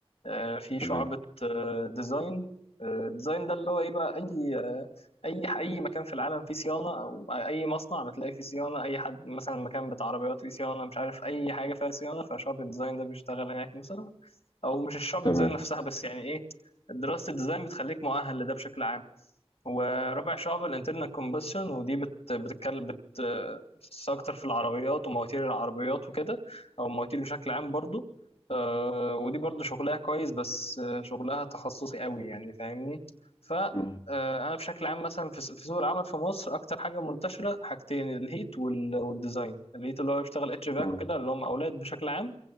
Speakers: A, on the left; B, on the left.
A: آه، في شعبة
B: تمام
A: آه، ديزاين آه، ديزاين ده اللي هو ايه بقى اي آه، اي اي مكان في العالم فيه صيانه او اي مصنع بتلاقي فيه صيانه اي حد مثلا مكان بتاع عربيات فيه صيانه مش عارف اي حاجه فيها صيانه فشعبة الديزاين ده بيشتغل هناك مثلا او مش الشعبة
B: تمام
A: الديزاين نفسها بس يعني ايه دراسه الديزاين بتخليك مؤهل لده بشكل عام ورابع شعب الانترنال كومبشن ودي بت بتتكلم بت بتتخصص اكتر في العربيات ومواتير العربيات وكده او المواتير بشكل عام برضو آه، ودي برضو شغلها كويس بس آه، شغلها تخصصي قوي يعني فاهمني ف آه،
B: مم.
A: انا بشكل عام مثلا في س- في سوق العمل في مصر اكتر حاجه منتشره حاجتين الهيت وال- والديزاين الهيت اللي هو بيشتغل اتش فاك
B: مم.
A: وكده اللي هم اولاد بشكل عام